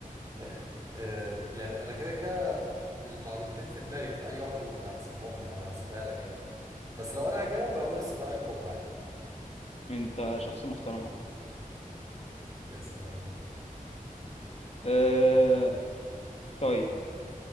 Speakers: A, on the right; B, on the left.
A: <laughs> آه، يعني انا كده كده المعلومتين في دماغي في اي واحده كنت هحسبهم لك هحسبها لك يعني بس لو انا هجاوب هقول الصحراء الكبرى عادي
B: <laughs> انت شخص محترم عم.
A: اسأل انت
B: أه... طيب